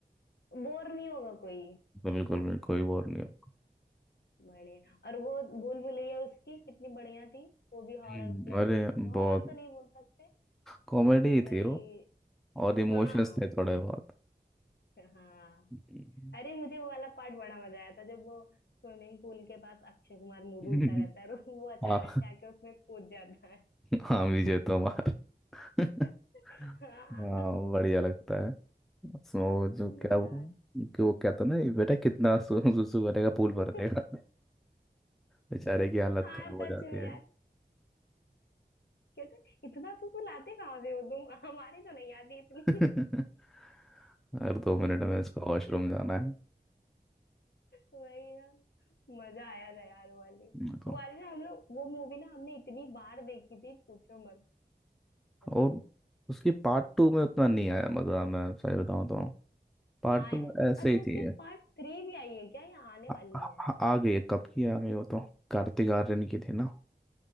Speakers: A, on the left; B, in the centre.
A: बोर नहीं होगा कोई
B: बिल्कुल बिल्कुल कोई बोर नहीं होगा
A: बढ़िया और वो भूल भुलैया उसकी कितनी बढ़िया थी वो भी हॉरर
B: हम्म,
A: प्लस
B: अरे बहुत
A: हॉरर तो नहीं बोल सकते
B: कॉमेडी
A: अ, वही
B: थी वो और
A: <laughs>
B: इमोशंस
A: हाँ
B: थे थोड़े बहुत
A: हाँ
B: हम्म,
A: अरे मुझे वो वाला पार्ट बड़ा मजा आया था जब वो स्विमिंग पूल के पास अक्षय कुमार मुंह
B: <laughs>
A: धुलता रहता है और वो अचानक
B: हाँ
A: से आके उसमें कूद जाता है
B: हाँ विजय तोमार <laughs> हाँ
A: <laughs> हाँ
B: बढ़िया लगता है उसमें वो जो
A: मजा
B: क्या वो
A: आया
B: कि वो कहता ना "ये बेटा कितना सु- सुसु करेगा पूल
A: <laughs>
B: भर देगा <laughs> बेचारे की हालत
A: हाँ
B: खराब
A: सच
B: हो जाती
A: में यार
B: है
A: <laughs> कहते इतना फुसलाते कहाँ से हो तुम हमारी तो नहीं आती इतनी
B: <laughs>
A: <laughs>
B: हर दो मिनट में इसको वॉशरूम जाना है
A: वही ना मजा आया था यार वो वाली
B: हम्म,
A: वो वाली ना हम लोग वो मूवी ना हमने इतनी बार देखी थी पूछो मत सच
B: और
A: में
B: उसकी पार्ट टू में उतना नहीं आया मज़ा मैं सही बताऊँ तो पार्ट
A: हाँ
B: टू ऐसे
A: अच्छा
B: ही थी
A: उसकी पार्ट थ्री भी आई है क्या या आने
B: आ,
A: वाली
B: आ,
A: है
B: आ गई है, कब की आ गई वो तो कार्तिक आर्यन की थी ना